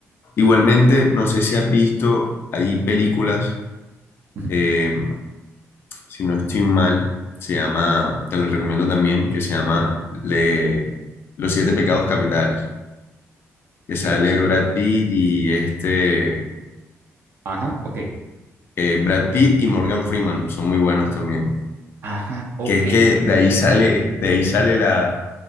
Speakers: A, on the left; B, on the right.
A: Igualmente, no sé si has visto, hay películas,
B: ujú,
A: eh, si no estoy mal, se llama, te lo recomiendo también, que se llama
B: ujú.
A: Le- Los Siete Pecados Capitales. que
B: Ok,
A: sale
B: los siete
A: Brad
B: pecados.
A: Pitt y este,
B: Ajá, ok.
A: eh, Brad Pitt y Morgan Freeman, son muy buenos también.
B: Ajá, ok.
A: Que es que de ahí sale,
B: Ajá,
A: de ahí sale la,